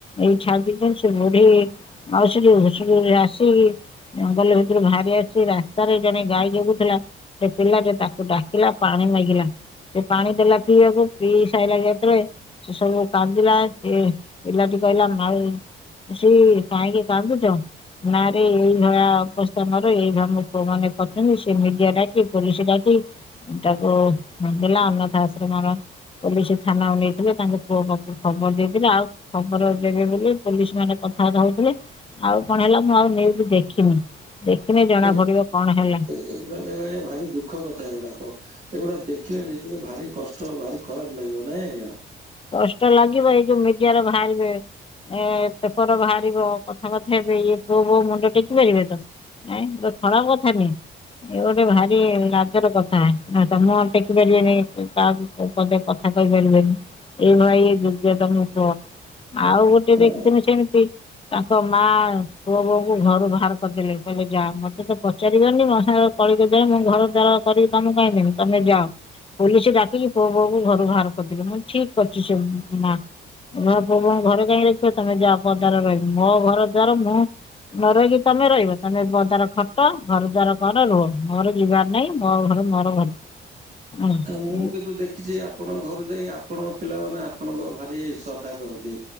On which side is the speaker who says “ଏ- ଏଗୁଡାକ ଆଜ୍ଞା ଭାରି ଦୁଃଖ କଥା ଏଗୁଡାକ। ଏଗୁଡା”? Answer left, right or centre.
Right